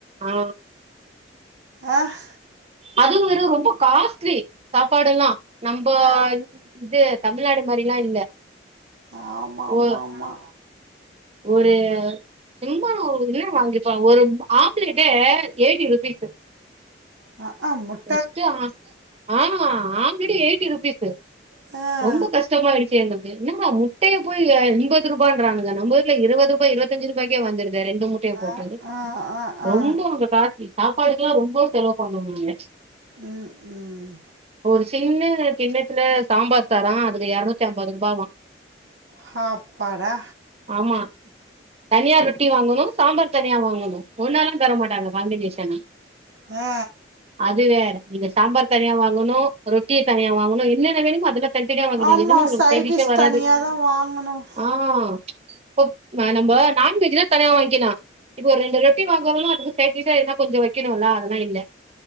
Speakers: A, on the right (about 35°); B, on the right (about 80°).
A: ஆ
B: அஹ்
A: அது ஒரு ரொம்ப காஸ்ட்லி சாப்பாடெல்லா நம்போ
B: ஆ,
A: இது தமிழ்நாடு மாரிலா இல்ல
B: ஆமா அம்மா
A: ஒ
B: அம்மா
A: ஒரு சும்மா என்ன வாங்கிப்பா ஒரு ஆம்லேட்டே எய்ட்டி ருபீஸ்சு
B: ஆஆ முட்
A: ஆ ஃபஸ்டே ஆமா ஆம்லேட்டே எயிட்டி ருபீஸ்சு
B: ஆ
A: ரொம்ப கஷ்டமாயிடுச்சு எங்களுக்கு என்னடா முட்டைய போய் எம்பது ரூபான்றாங்களே நம்ம ஊர்ல இருவது ரூபா இருவத் தஞ்சு ரூபாய்கே வந்துடுதே ரெண்டு முட் முட்டய போட்டுடு
B: ஆ ஆ ஆ ஆ
A: ரொம்ப அங்க காஸ்லி சாப்பாடுக்கே ரொம்ப செலவு பண்ணோ நானு
B: ம் ம்
A: ஒரு சின்ன கிண்ணத்துல சாம்பார் தரா அதுக்கு எரநூத்தி அம்பது ருபாவா
B: ஹப்பாடா
A: ஆமா தனியா ரொட்டி வாங்கணு சாம்பார் தனியா வாங்கணு ஒன்னாலா தர மாட்டாங்க காம்பினேஷனா
B: ஆ
A: அது வேற நீங்க சாம்பார் தனியா வாங்கணு ரொட்டிய தனியா வாங்கணு என்னென்ன வேணுமோ அதெல்லா தனித்தனியா வாங்கணு
B: ஆமாம்
A: எதுவு உங்களுக்கு சைட் டிஷ்ஷே
B: டிஷ்
A: வராது
B: தனியாக தான் வாங்கணும்
A: ஆ இப்ப நம்ப நான்வெஜ்னா தனியா வாங்கிளா இப்ப ஒரு ரெண்டு ரொட்டி வாங்கறோனா அதுக்கு சைட் டிஷ்ஷா எதுனா கொஞ்ச வைக்கணுல அதெல்லா இல்ல